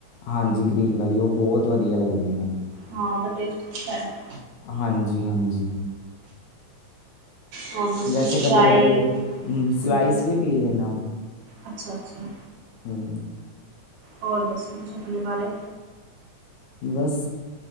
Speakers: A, on the left; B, on the right.
A: ਹਾਂਜੀ, ਗਰੀਨ ਵਾਲੀ ਉਹ ਬੋਹਤ ਵਦਿਆ ਲੱਗਦੀ ਹੈ ਮੈਨੂੰ।
B: ਹਾਂ ਉਹਦਾ ਟੇਸਟ ਅੱਛਾ ਹੈ -
A: ਹਾਂਜੀ - ਹਾਂਜੀ।
B: ਹੋਰ ਦੱਸੋ
A: ਵੈਸੇ ਕਦੇ
B: ਚਾਏ?
A: ਕਦੇ ਸਲਾਈਸ
B: ਹਾਂਜੀ।
A: ਵੀ ਪੀ ਲੈਂਦਾ
B: ਅੱਛ- ਅੱਛਾ
A: ਹਮ
B: ਹੋਰ ਦੱਸੋ ਕੁਛ ਆਪਣੇ ਬਾਰੇ?
A: ਬਸ